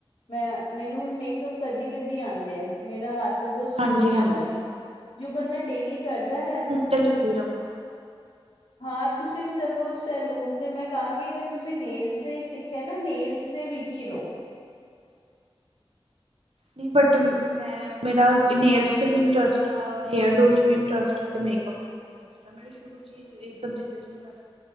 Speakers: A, on the left; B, on the right.
A: ਮੈਂ ਮੈਨੂੰ ਹੁਣ ਮੇਕਅਪ ਕਦੀ -ਕਦੀ ਆਦੇ ਆ ਮੇਰਾ ਹੱਥ ਤੇ ਬਹੁਤ ਸਲੋਅ
B: ਹਾਂਜੀ
A: ਚੱਲਦਾ,
B: ਹਾਂਜੀ
A: ਜੋ ਬੰਦਾ ਡੇਲੀ ਕਰਦਾ ਰਨ
B: ਚੱਲੋ ਫਿਰ ਆਵਾਂਗੇ
A: ਹਾਂ ਤੁਸੀਂ ਸਗੋਂ ਸੈਲੂਨ ਤੇ, ਮੈਂ ਕਹਾਂਗੀ ਅਗਰ ਤੁਸੀਂ ਨੇਲਸ ਹੀ ਸਿੱਖਿਆ ਨਾ ਨੇਲਸ ਉਸੇ ਵਿੱਚ ਹੀ ਰਹੋ
B: ਨਹੀਂ ਬਟ ਮੈਂ, ਮੇਰਾ ਨੇਲਸ ਚ ਵੀ ਇੰਟਰਸਟ ਆ, ਹੇਅਰ ਡੋ ਚ ਵੀ ਇੰਟਰਸਟ ਆ, ਤੇ ਮੇਕਅਪ ਚ, ਵੀ ਇੰਟਰਸਟ ਆ ਮੈ ਸ਼ੁਰੂ ਚ ਇਹ ਸਭ ਚੀਜ਼ ਸ